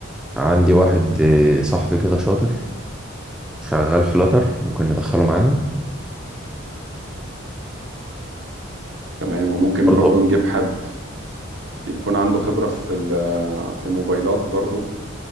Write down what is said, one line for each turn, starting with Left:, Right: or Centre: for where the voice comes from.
Centre: عندي واحد آه، صاحبي كده شاطر شغال فلاتر ممكن ندخله معانا
Right: تمام وممكن
Centre: برضه
Right: برضو نجيب حد يكون عنده خبرة في ال- آه، في الموبايلات برضو